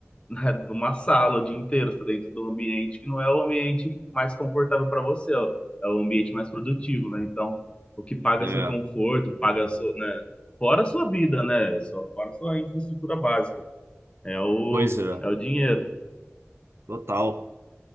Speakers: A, on the left; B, on the right.
A: né, de uma sala o dia inteiro, você está dentro de um ambiente que não é o ambiente mais confortável para você, ó. É o ambiente mais produtivo, né? Então, o que paga
B: É,
A: seu conforto, paga seu, né? Fora a sua vida, né? É Só- Fora a sua infraestrutura básica. É o,
B: pois é,
A: é o dinheiro.
B: total.